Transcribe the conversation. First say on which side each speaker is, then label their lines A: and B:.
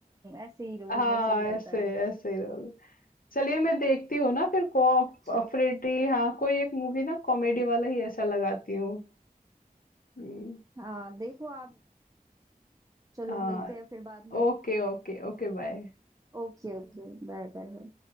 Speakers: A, on the right; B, on the left.
A: ऐसे ही रोल
B: हाँ
A: में सही रहता
B: ऐसे
A: है वो
B: ऐसे ही रोल चलिए मैं देखती हूँ ना फिर कोऑपरेटिव
A: अच्छा
B: हाँ कोई एक मूवी ना कॉमेडी वाला ही ऐसा लगाती हूँ हम्म,
A: हाँ देखो आप चलो
B: हाँ
A: मिलते हैं फिर बाद में
B: ओके ओके ओके बाय
A: Okay okay bye bye bye